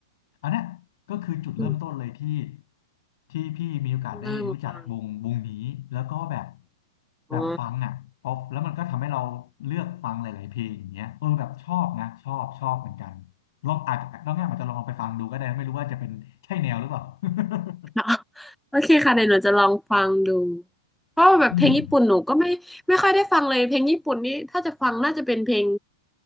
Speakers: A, on the left (about 60°); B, in the centre.
A: อันเนี้ย ก็คือจุดเริ่มต้นเลยที่
B: อืม
A: ที่พี่มีโอกาสได้รู้จักวงวงนี้แล้วก็แบบ
B: เริ่มฟัง
A: แบบฟังอ่ะพอแล้วมันก็ทำให้เราเลือกฟังหลายๆเพลงอย่างเงี้ยเออแบบชอบนะชอบชอบเหมือนกัน
B: อ๋อ
A: ลองอาจจะน้องแง่มอาจจะลองเอาไปฟังดูก็ได้ไม่รู้ว่าจะเป็นใช่แนวหรือเปล่า <laughs>
B: <laughs> โอเคค่ะเดี๋ยวหนูจะลองฟังดู เพราะว่าแบบเพลงญี่ปุ่นหนูก็ไม่ไม่ค่อยได้ฟังเลยเพลงญี่ปุ่นนี่ถ้าจะฟังน่าจะเป็นเพลง
A: อืม